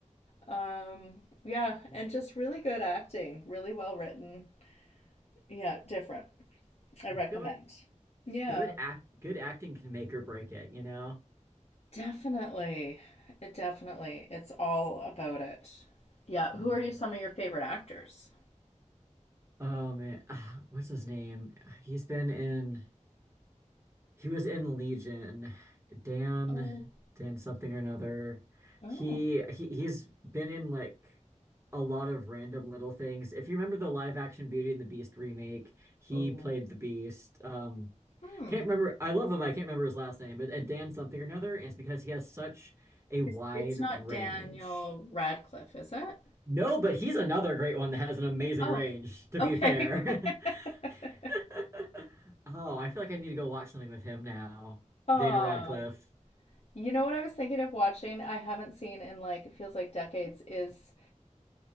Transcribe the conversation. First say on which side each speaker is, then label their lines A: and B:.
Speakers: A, on the left; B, on the right.
A: Um yeah,
B: Yeah.
A: and just really good acting, really well written. Yeah, different. I
B: I
A: recommend.
B: feel like
A: Yeah,
B: good act good acting can make or break it, you know?
A: definitely. It definitely. It's all about it. Yeah,
B: Mhm.
A: who are you some of your favorite actors?
B: Oh man. Ah, what's his name? He's been in He was in Legion, Dan,
A: Oh,
B: Dan something or another.
A: oh,
B: He he he's been in like a lot of random little things. If you remember the live action Beauty and the Beast remake, he
A: oh.
B: played the Beast. Um,
A: Hmm.
B: can't remember. I love him. I can't remember his last name, but uh, Dan something or another. And it's because he has such a wide
A: It's, it's not
B: range.
A: Daniel Radcliffe, is it?
B: No, but he's another great one that has an amazing
A: Oh,
B: range, to
A: okay.
B: be fair.
A: <laughs>
B: <laughs> Oh, I feel like I need to go watch something with him now.
A: Oh,
B: Daniel Radcliffe.
A: You know what I was thinking of watching I haven't seen in like it feels like decades is